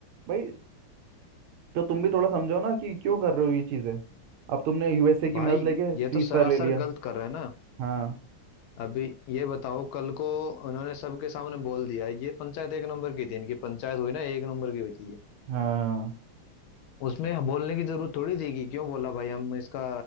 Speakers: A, on the right; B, on the left.
A: भाई तो तुम भी थोड़ा समझो ना कि क्यों कर रहे हो ये चीजें अब तुमने यूएसए की
B: भाई
A: मदद लेके
B: ये
A: सीज
B: तो सरासर
A: फायर ले लिया
B: गलत कर रहे हैं ना
A: हाँ
B: अभी ये बताओ कल को उन्होंने सबके सामने बोल दिया ये पंचायत एक नंबर की थी इनकी पंचायत हुई ना एक नंबर की हुई थी
A: हाँ हाँ,
B: उसमें हम बोलने की जरूरत थोड़ी थी कि क्यों बोला भाई हम इसका